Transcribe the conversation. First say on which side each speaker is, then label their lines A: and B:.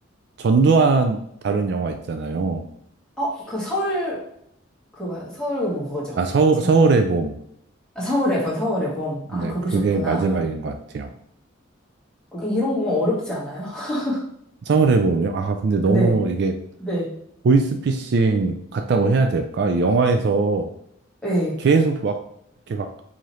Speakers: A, on the right; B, in the centre.
A: 전두환 다룬 영화 있잖아요.
B: 어, 그 서울, 그거, 서울 뭐 그거죠.
A: 아, 서울,
B: 제목이.
A: 서울의 봄.
B: 아, 서울의 봄 서울의 봄.
A: 네,
B: 아, 그거 보셨구나.
A: 그게 마지막인 것 같아요.
B: 그러니까 이런 거 어렵지 않아요? <laughs>
A: 서울의 봄이요? 아, 근데 너무
B: 네,
A: 이게
B: 네,
A: 보이스피싱 같다고 해야 될까? 이 영화에서
B: 네.
A: 계속 막, 이렇게 막,